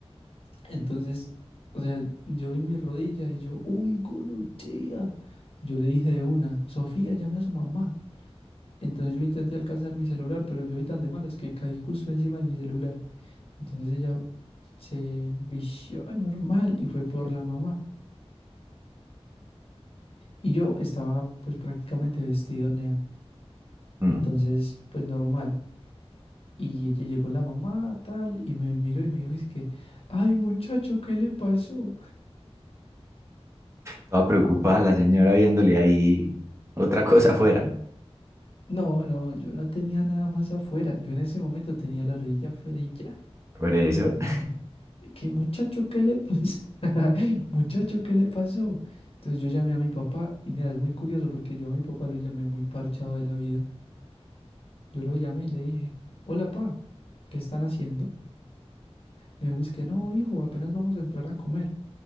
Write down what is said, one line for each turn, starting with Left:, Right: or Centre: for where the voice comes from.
Left: Entonces, o sea, yo vi mi rodilla y yo, uy, gonorrea. Yo le dije de una, Sofía, llame a su mamá. Entonces yo intenté alcanzar mi celular, pero yo vi tan de malas que caí justo encima de mi celular. Entonces ella se vició normal y fue por la mamá. Y yo estaba pues prácticamente vestido nea.
Right: mm,
Left: Entonces pues normal. Y ella llegó la mamá tal y me miró y me dijo es que, ay muchacho, ¿qué le pasó?
Right: toda preocupada la señora viéndole ahí otra cosa afuera.
Left: No, no, yo no tenía nada más afuera. Yo en ese momento tenía la rodilla afuera y ya.
Right: Por eso. <laughs>
Left: ¿Qué muchacho, qué le pasó? <laughs> Muchacho, ¿qué le pasó? Entonces yo llamé a mi papá y nada, es muy curioso porque yo a mi papá lo llamé muy parchado de la vida. Yo lo llamé y le dije, hola, pa, ¿qué están haciendo? Me dijo, es que no, hijo, apenas vamos a entrar a comer.